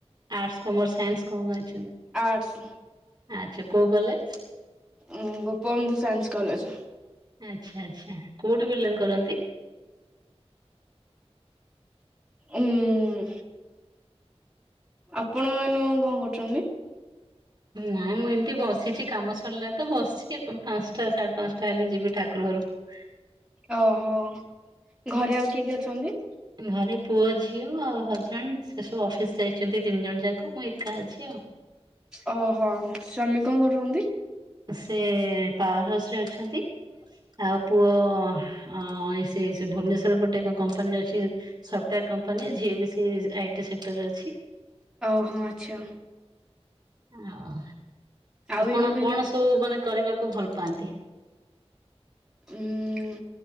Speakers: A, on the right; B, in the centre.
A: ଆର୍ଟସ, କମର୍, ସାଇନ୍ସ କଣ ନେଇଛନ୍ତି?
B: ଆର୍ଟସ୍।
A: ଆଚ୍ଛା କୋଉ କଲେଜ୍?
B: ଉଁ, ଗୋପବନ୍ଧୁ ସାଇନ୍ସ କଲେଜ୍।
A: ଆଚ୍ଛା, ଆଚ୍ଛା, କୋଉଠି ବିଲଂ କରନ୍ତି?
B: ଉଁ, ଆପଣ ଏଇନୁ କଣ କରୁଛନ୍ତି?
A: ନା ମୁଁ ଏମିତି ବସିଛି କାମ ସରିଲା ତ ବସିଛି ପ-ପାନ୍ସଟା ସାଢେ ପାନ୍ସଟା ହେଲେ ଯିବି ଠାକୁର ଘରକୁ।
B: ଓହୋ! ଘରେ ଆଉ କିଏ କିଏ ଅଛନ୍ତି?
A: ଘରେ ପୁଅ ଝିଅ ଆଉ ହଜବେଣ୍ଡ ସେ ସବୁ ଅଫିସ୍ ଯାଇଛନ୍ତି ତିନି ଜଣ ଯାକ ମୁଁ ଏକା ଅଛି ଆଉ।
B: ଓହୋ! ସ୍ୱାମୀ କଣ କରନ୍ତି?
A: ସେ ପାୱାର୍ ହାଉସ୍ ରେ ଅଛନ୍ତି। ଆଉ ପୁଅ ଅଁ, ସେ ସେ ଭୁବନେଶ୍ଵର ପଟେ ଏକ କମ୍ପାନୀ ରେ ଅଛି। ସେ ସଫ୍ଟାର କମ୍ପାନୀରେ। ଝିଅ ବି ସେ ଆଇଟି ସେକ୍ଟର ରେ ଅଛି।
B: ଓ, ହଁ ଆଚ୍ଛା।
A: ଆଅ
B: ଆଉ
A: ଆପଣ
B: ଏଇନୁ କେମିତି
A: କଣ ସବୁ ମାନେ କରିବା କୁ ଭଲ ପାଆନ୍ତି?
B: ଉଁ,